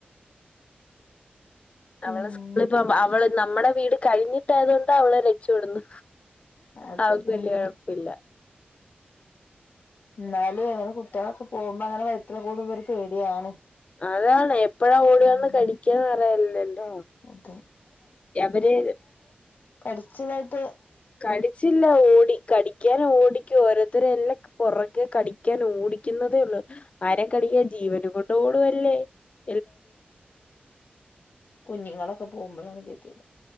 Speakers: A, on the left; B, on the left.
A: പിന്നെ
B: അവളെ സ്കൂളിപോകുമ്പോ അവള് നമ്മുടെ വീട് കഴിഞ്ഞിട്ടായയത കൊണ്ട് അവളെ രക്ഷപടുന്നു
A: അതെ
B: അവൾക് വല്ല
A: ആഹ്
B: ഒഴപ്പില്ല
A: എന്നാലും എങ്ങനെ കുട്ടികളൊക്കെ പോകുമ്പോ അങ്ങനെ വൈത്തി കൂടുമ്പ്പ ഒരു പേടിയാണ്
B: അതാണ് ഇപ്പഴാ ഓടി
A: ഉം
B: വന്ന് കടിക്കാന്ന്റിയല്ലല്ലോ
A: അതെ
B: അവര്
A: കഠിച്ചത
B: കടിച്ചില്ല ഓടി കടിക്കാനും ഓടി ഓരോത്തരെല്ലാം പുറകെ കടിക്കാൻ ഓടിക്കുന്നതേ ഉള്ളു ആരെ കടിക്കാ ജീവനും കൊണ്ട <unintelligible>
A: കുഞ്ഞുങ്ങളൊക്കെ പോകുമ്പോഴാണ് കിട്ടിയത്